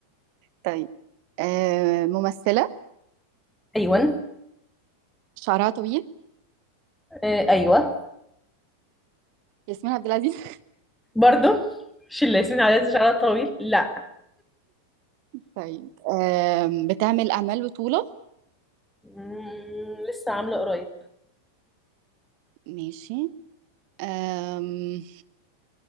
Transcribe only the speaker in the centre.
ايوه
آه ايوه
برضو مش اللي ياسمين عليها شعرها طويل لا
مم، لسه عامله قريب